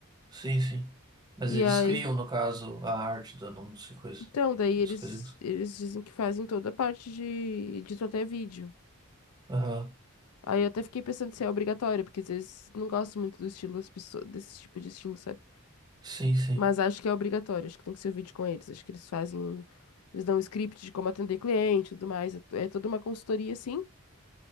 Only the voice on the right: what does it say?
sim, sim. Mas
eles
criam, no caso, a arte do anúncio e coisa,
as coisas.
Aham,
sim, sim.